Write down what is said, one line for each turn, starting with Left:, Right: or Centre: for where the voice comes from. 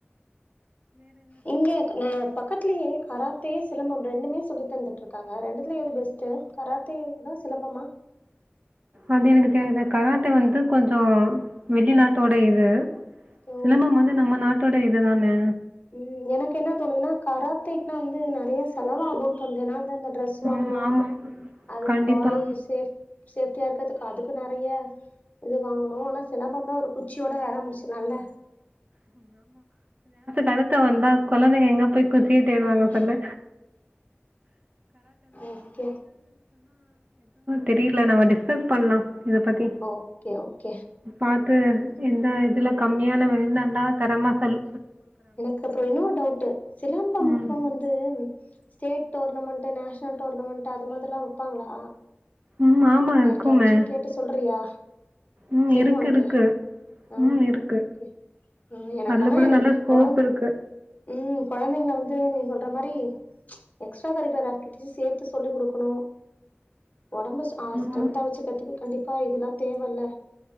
Left: இங்கயே கொண்னா பக்கத்துலையே கராத்தே சிலம்பம் ரெண்டுமே சொல்லி தந்துட்டு இருக்காங்க ரெண்டுத்துல எது பெஸ்ட்டு கராத்தே தா சிலம்பமா
Right: அது எனக்கு தெரியாது கராத்தே வந்து கொஞ்சோ வெளிநாட்டோட இது
Left: ஓ
Right: சிலம்பம் வந்து நம்ம நாட் நாடோட இதுதானே
Left: உம் எனக்கு என்ன தோணுதன்னா கராத் த்தே நா வந்து நெறைய செலவாகுன்னு தோனுது நா வண்ட்டு அந்தந்த ட்ரெஸ் வாங்கணு
Right: ம். ஆமா.
Left: அதுக்கு
Right: கண்டிப்பா.
Left: பாடி சேஃப் சேஃப்டியா இருக்கிறதுக்கு அதுக்கு நெறைய இது வாங்கணு ஆனா சிலம்பம்னா ஒரு குச்சியோட வேல முடிச்சலாம்ல்ல
Right: கணத்த வந்தா குழந்தை போய் குச்சிய
Left: ம்
Right: தேடுவாங்க சொல்லு
Left: ஓகே
Right: தெரியல நம்ம டிஸ்கஸ் பண்ணலா இத பத்தி
Left: ஓகே ஓகே
Right: பாத்து
Left: ம்
Right: எந்த இதுல கம்மியான வில நல்லா தரமாதல்
Left: எனக்கு அப்புற இன்னு டவுட் சிலம்பம்ப்க
Right: ம்.
Left: வந்து ஸ்டேட் டோர்னமெண்டட் நேஷ்னல் டூர்னமெண்ட் அது மாதிர எல்லா வெப்பாங்களா
Right: ம். ஆமா
Left: யாருக்குாச்சு
Right: இருக்குமே.
Left: கேட்டு சொல்றியா
Right: ம்.
Left: தெரியுமா
Right: இருக்கு
Left: உனக்கே
Right: இருக்கு.
Left: ஆஹ்ஹ
Right: ம். இருக்கு.
Left: ஓகே ஓகே எனக்கனா
Right: அதுல கூட
Left: எனக்கு
Right: நல்ல ஸ்கோப்
Left: கொழந்த
Right: இருக்கு.
Left: உம் கொழந்தைங்கள வந்து நீ சொல்ற மாரி எக்ஸ்ட்ரா கரிகுலர் ஆக்டிவி சேத்து சொல்லி கொடுக்கணு ஒடம்பு அ
Right: ஆமா.
Left: ஸ்டரென்தா வச்சுக்கிறதுக்கு கண்டி ப்பா இதெல்லா தேவல்ல